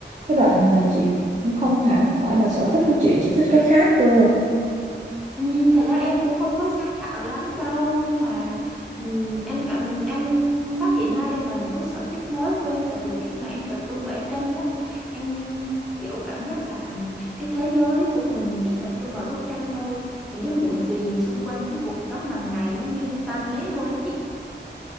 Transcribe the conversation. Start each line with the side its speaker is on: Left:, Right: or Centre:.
Right: cái đoạn này chị cũng không hẳn phải là sở thích của chị, chị thích cái khác cơ.
Centre: Ừ, thật ra em cũng không có sáng tạo lắm đâu nhưng mà ừm, em cảm em phát hiện ra đây là một cái sở thích mới của em tại vì khi mà em tập trung vẽ tranh á em kiểu cảm giác là cái thế giới của mình chỉ tập trung vào bức tranh thôi những cái muộn phiền xung quanh cái cuộc sống hàng ngày nó như tan biến luôn đó chị